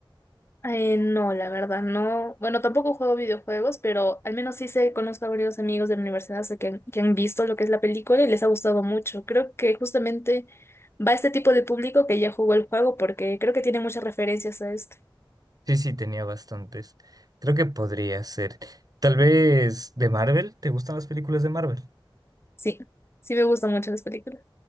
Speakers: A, on the left (about 30°); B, on the right (about 45°).
A: Eh, no, la verdad, no. Bueno, tampoco juego videojuegos, pero al menos sí sé, conozco a varios amigos de la universidad sé que han, que han visto lo que es la película y les ha gustado mucho. Creo que justamente va este tipo de público que ya jugó el juego porque creo que tiene muchas referencias a este.
B: Sí, sí, tenía bastantes. Creo que podría ser. Tal vez de Marvel, ¿te gustan las películas de Marvel?
A: Sí, sí me gustan mucho las películas.